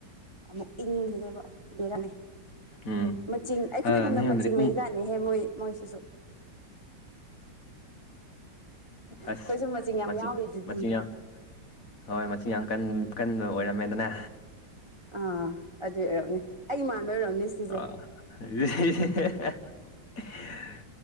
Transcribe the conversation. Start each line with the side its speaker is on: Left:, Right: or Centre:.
Right: ꯑꯃꯨꯛ ꯏꯪꯈꯤꯗꯣꯏꯕ ꯕꯦꯔꯅꯤ
Left: ꯎꯝ
Right: ꯃꯆꯤꯡ ꯑꯩꯈꯣꯏꯒꯨꯝꯅ
Left: ꯑ ꯅꯣꯏꯔꯣꯝꯗꯗꯤ
Right: ꯃꯆꯤ ꯂꯩꯖꯥꯠꯅꯦꯍꯦ
Left: ꯎ
Right: ꯃꯣꯏ ꯃꯣꯏꯁꯤꯁꯨ
Left: ꯑꯁ
Right: ꯑꯩꯈꯣꯏꯁꯨ ꯃꯆꯤꯡ ꯌꯥꯝ
Left: ꯃꯆꯤ
Right: ꯌꯥꯎꯔꯤꯗꯨꯗꯤ
Left: ꯃꯆꯤ ꯌꯥ ꯍꯣꯏ ꯃꯁꯤꯡ ꯌꯥꯝ ꯀ ꯀꯟꯕ ꯑꯣꯏꯔꯝꯃꯦꯗꯅ
Right: ꯑꯥ ꯑꯗꯨꯏ ꯑꯣꯏꯔꯝꯅꯤ ꯑꯩ ꯃꯥꯟꯕ ꯑꯣꯏꯔꯝꯅꯤ ꯁꯤꯁꯦ
Left: <unintelligible>